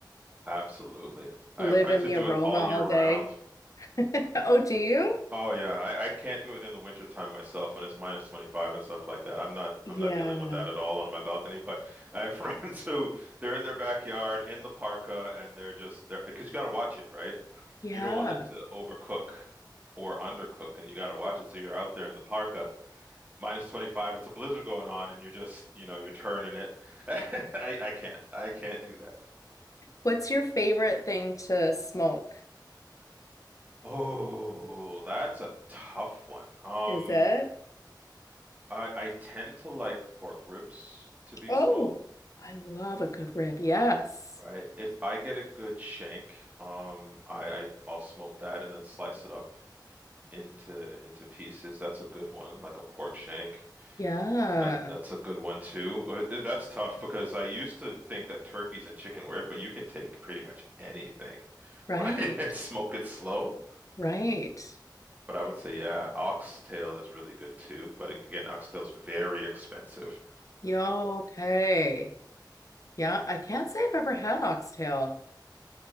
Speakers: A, on the right; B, on the left.
A: Absolutely. I
B: live
A: have friends
B: in
A: who
B: the
A: do
B: aroma
A: it all
B: all
A: year round.
B: day. <laughs> Oh, do you?
A: Oh yeah, I, I can't do it in the wintertime myself when it's minus 25 and stuff like that. I'm not
B: Yeah.
A: I'm not dealing with that at all on my balcony, but I have <laughs> friends who they're in their backyard in the parka and they're just they're because you got to watch it, right?
B: Yeah.
A: You don't want it to overcook or undercook and you got to watch it. So you're out there in the parka, minus 25, it's a blizzard going on and you're just, you know, you're turning it. <laughs> I I can't. I can't do
B: What's your favorite thing to smoke?
A: Oh, that's a tough one. Um,
B: Is it?
A: I I tend to like pork ribs to be
B: Oh,
A: smoked,
B: I love a good rib. Yes.
A: right? If I get a good shank, um, I, I I'll smoke that and then slice it up into into pieces. That's a good one, like a pork shank.
B: Yeah,
A: Uh, that, that's a good one too. Uh, uh, That's tough because I used to think that turkeys and chicken were it, but you can take pretty much anything, <laughs>
B: right,
A: right? And smoke it slow.
B: right.
A: But I would say, yeah, oxtail is really good too. But again, oxtail's very expensive.
B: Yeah, okay. Yeah, I can't say I've ever had oxtail.